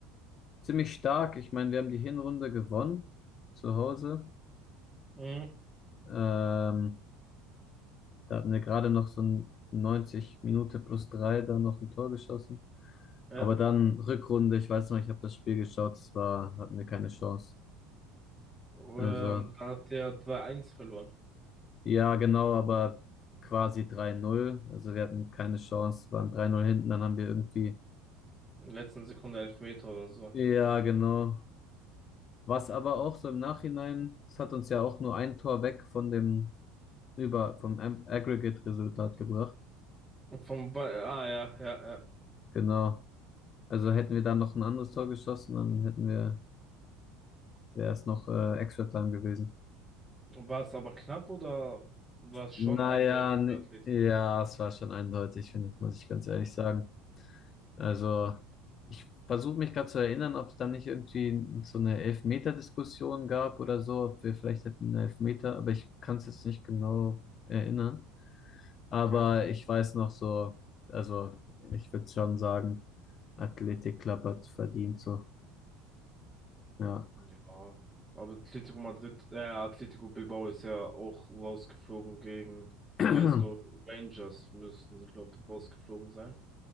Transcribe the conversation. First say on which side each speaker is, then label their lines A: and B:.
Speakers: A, on the left (about 35°); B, on the right (about 15°).
A: ziemlich stark. Ich meine, wir haben die Hinrunde gewonnen zu Hause.
B: Mhm.
A: Ähm, Da hatten wir gerade noch so ein 90 Minute plus drei, dann noch ein Tor geschossen.
B: Ja.
A: Aber dann Rückrunde, ich weiß noch, ich habe das Spiel geschaut, es war, hatten wir keine Chance.
B: Ähm,
A: Also,
B: da hat der 3-1 verloren.
A: ja, genau, aber quasi 3-0. Also wir hatten keine Chance, waren 3-0 hinten, dann haben wir irgendwie,
B: In der letzten Sekunde Elfmeter oder so.
A: ja, genau. Was aber auch so im Nachhinein, es hat uns ja auch nur ein Tor weg von dem, über, vom Am- Aggregate-Resultat gebracht.
B: Vom ba ah ja, ja, ja.
A: Genau. Also hätten wir da noch ein anderes Tor geschossen, dann hätten wir der ist noch äh, Extra Time gewesen.
B: War es aber knapp oder war es schon
A: Naja,
B: eindeutig
A: ne,
B: für Atletico?
A: ja, es war schon eindeutig, finde ich, muss ich ganz ehrlich
B: Mhm.
A: sagen. Also, ich versuche mich gerade zu erinnern, ob es dann nicht irgendwie so eine Elfmeter-Diskussion gab oder so, ob wir vielleicht hätten einen Elfmeter, aber ich kann es jetzt nicht genau erinnern. Aber
B: Okay.
A: ich weiß noch so, also ich würde schon sagen, Athletic Club hat verdient so, ja.
B: Ja, aber Atletico Madrid, äh, Atletico Bilbao ist ja auch rausgeflogen gegen
A: <clears throat>
B: Glasgow Rangers, müssten die, glaube ich, rausgeflogen sein.